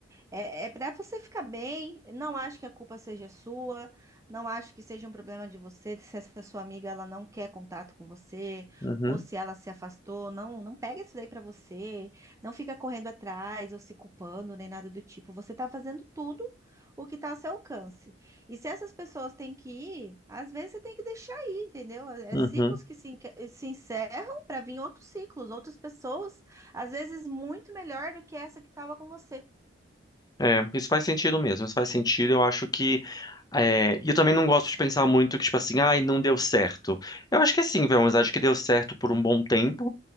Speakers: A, on the right; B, on the left.
A: é, é para você ficar bem. Não acho que a culpa seja sua. Não acho que seja um problema de você. Se essa sua amiga ela não quer contato com você
B: Uhum,
A: ou se ela se afastou, não, não pega isso daí pra você. Não fica correndo atrás ou se culpando nem nada do tipo. Você tá fazendo tudo o que tá ao seu alcance. E se essas pessoas têm que ir, às vezes você tem que deixar ir, entendeu? É
B: uhum.
A: é ciclos que se, enque- se encerram pra vir outros ciclos, outras pessoas, às vezes muito melhor do que essa que tava com você.
B: É, isso faz sentido mesmo, isso faz sentido. Eu acho que. é, e eu também não gosto de pensar muito que, tipo assim, ai, não deu certo. Eu acho que assim, foi uma amizade que deu certo por um bom tempo.